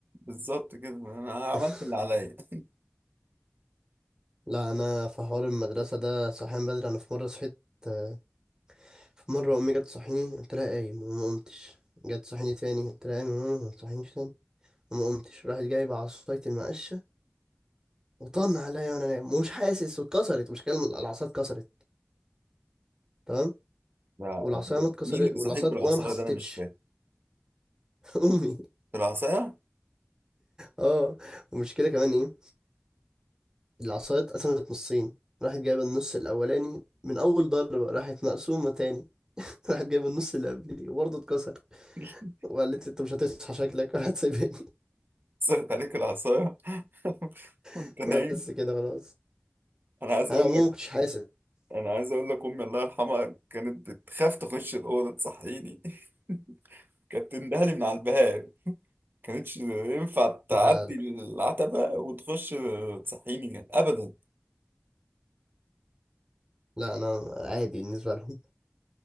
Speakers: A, on the right; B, on the right.
A: بالظبط كده انا عملت
B: <laughs>
A: اللي عليا <laughs>
B: لا انا في حوار المدرسه ده صحيان بدري انا في مره صحيت آه، في مره امي جت تصحيني قلت لها قايم وما قمتش جت تصحيني تاني قلت لها قايم يا ماما ما تصحينيش تاني وما قمتش راحت جايبه عصايه المقشه وطن عليا وانا نايم ومش حاسس واتكسرت مش كلمه العصايه اتكسرت تمام
A: لا
B: والعصايه ما اتكسرت
A: مين اللي بيصحيك
B: والعصايه
A: بالعصايه
B: وانا ما حسيتش
A: ده انا مش فاهم
B: <laughs> امي
A: بالعصايه
B: اه والمشكله كمان ايه العصايه اتقسمت نصين راحت جايبه النص الاولاني من اول ضربه راحت مقسومه تاني <laughs> راحت جايبه النص اللي قبليه وبرضه اتكسر
A: <laughs>
B: وقالت لي انت مش هتصحى شكلك ولا هتسيبني
A: صرت عليك العصايه <laughs> وانت
B: <laughs>
A: نايم
B: بس كده خلاص
A: انا عايز
B: انا
A: اقول
B: عموما
A: لك
B: ما كنتش حاسس
A: انا عايز اقول لك امي الله يرحمها كانت بتخاف تخش الاوضه تصحيني <laughs> كانت تندهلي من على الباب كانتش ينفع تعدي
B: لا لا
A: العتبة وتخش تصحيني يعني أبدا
B: لا انا عادي بالنسبه لهم